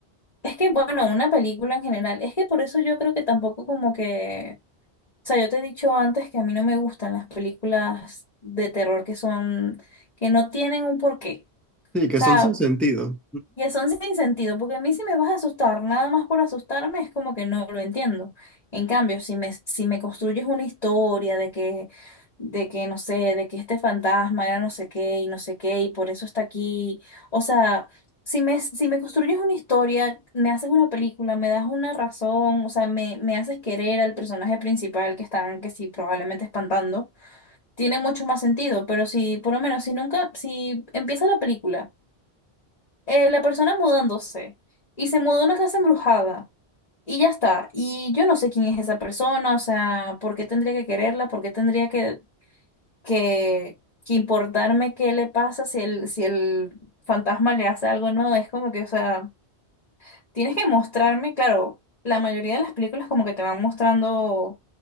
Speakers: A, on the left; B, in the centre.
A: es que, bueno, una película en general, es que por eso yo creo que tampoco como que, o sea, yo te he dicho antes que a mí no me gustan las películas de terror que son, que no tienen un porqué.
B: Sí, que
A: O sea,
B: son sin sentido.
A: Que son sin sentido, porque a mí si me vas a asustar, nada más por asustarme, es como que no lo entiendo. En cambio, si me, si me construyes una historia de que, de que, no sé, de que este fantasma era no sé qué y no sé qué y por eso está aquí, o sea, si me, si me construyes una historia, me haces una película, me das una razón, o sea, me, me haces querer al personaje principal que están, que sí, probablemente espantando, tiene mucho más sentido, pero si, por lo menos, si nunca, si empieza la película eh, la persona mudándose y se mudó a una casa embrujada y ya está. Y yo no sé quién es esa persona, o sea, ¿por qué tendría que quererla? ¿Por qué tendría que, que, que importarme qué le pasa si el, si el fantasma le hace algo? No, es como que, o sea, tienes que mostrarme, claro, la mayoría de las películas como que te van mostrando